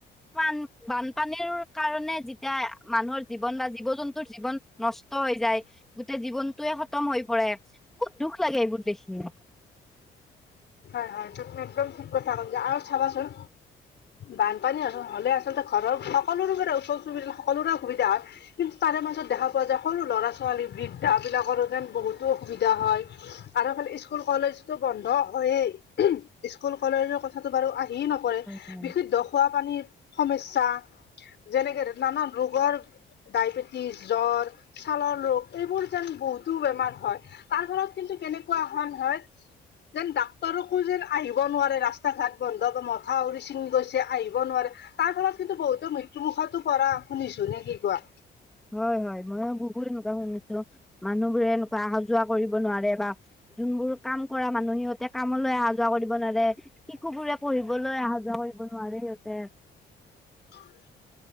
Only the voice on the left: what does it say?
হয় হয় তি একদম ঠিক কথা কৈছা যে আৰু চাবাচোন বানপানী হলে আচলতে ঘৰৰ সকলোৰে পৰা ওচৰ চুব সকলোৰে সুবিধা হয় কিন্তু তাৰে মাজত দেখা পোৱা যায় সৰু ল'ৰা ছোৱালী বৃদ্ধা বিলাকৰো যেন বহুতো অসুবিধা হয় আৰু <unintelligible> স্কুল কলেজতো বন্ধ হয়য়ে স্কুল কলেজৰ কথাটো বাৰু আ হ নকৰে
বিশুদ্ধ খোৱাপানীৰ সমস্যা যেনেকে নানান ৰোগৰ ডায়বেটিছ জ্বৰ ছালৰ ৰোগ এইবোৰ যেন বহুতো বেমাৰ হয় তাৰ ফলত কিন্তু কেনেকুৱা <unintelligible> হয় যেন ডাক্তৰকো যেন আহিব নোৱাৰে ৰাস্তা ঘাট বন্ধ বা মথাউৰি ছিঙি গৈছে আহিব নোৱাৰে তাৰ ফলত কিন্তু বহুতো মৃত্যু মুুখতো পৰা শুনিছো নে কি কোৱা
হয়